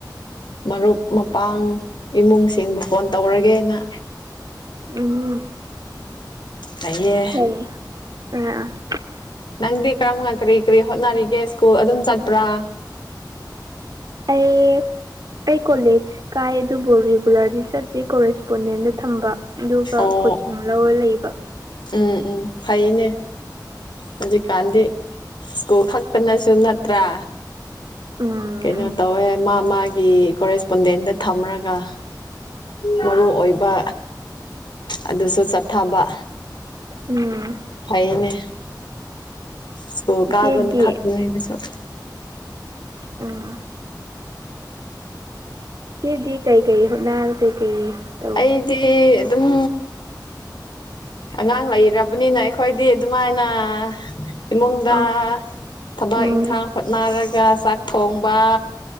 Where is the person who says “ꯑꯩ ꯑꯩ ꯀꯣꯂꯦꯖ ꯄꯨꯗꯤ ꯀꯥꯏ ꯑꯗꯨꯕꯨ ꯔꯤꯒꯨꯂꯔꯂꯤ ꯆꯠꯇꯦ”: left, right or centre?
Right